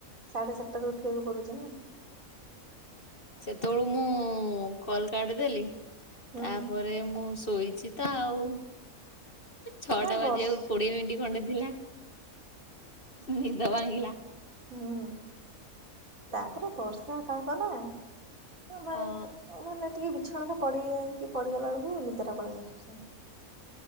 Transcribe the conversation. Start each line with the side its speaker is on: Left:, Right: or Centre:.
Right: ସାଢ଼େ ଚାରାଟାରୁ ଉଠିବାକୁ ପଡୁଚି ନା।
Left: ସେତେବେଳୁ ମୁଁ କଲ କାଟିି ଦେଲି
Right: ହୁଁ
Left: ତାପରେ ମୁଁ ଶୋଇଛି। ତ ଆଉ ଛଅଟା
Right: ନାଇଁ
Left: ବାଜିବାକୁ
Right: ବର୍ଷ
Left: କୋଡିଏ ମିନିଟ ଖଣ୍ଡେ ଥିଲା। ନିଦ ଭାଙ୍ଗିଲା।
Right: ହୁଁ ତାପରେ ବର୍ଷା ପାଗ ନା। ମାନେ
Left: ହଁ
Right: ମାନେ ଟିକେ ବିଛଣା ଟା ପଡିିକି ଯାଇଁକି ପଡିଗଲା ବେଳକୁ ନିଦ ଟା ପଳେଇ ଆସୁଚି।